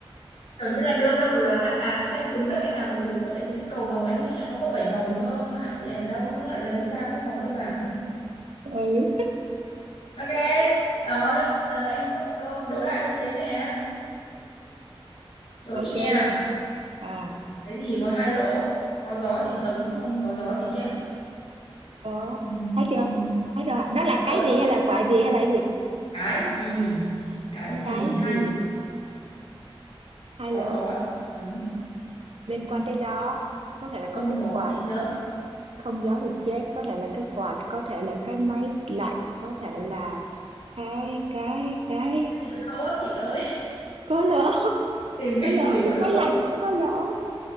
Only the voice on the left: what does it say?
kiểu như là đưa ra một loạt đáp án xem trúng được cái nào thì trúng ấy tại vì cái cầu vồng em nghĩ là nó có 7 màu cơ ai dè đâu nó lại lấy ba cái màu cơ bản
ok rồi giờ em có một câu đố lại cho chế nè đố
chị nha
cái gì có hai lỗ có gió thì sống không có gió thì chết
ừ.
Ừ.
Rồi
cái gì cái gì
hai
lỗ
có
gió thì sướng
không
gió
thì chớp
Không.
cái gì có lỗ chị ơi <laughs>
tìm cái
gì
có lỗ